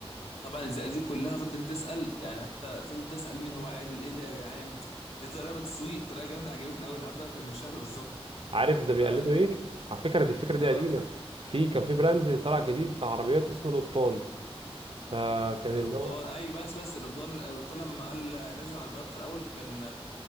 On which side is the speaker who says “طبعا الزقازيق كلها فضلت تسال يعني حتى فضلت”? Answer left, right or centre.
Left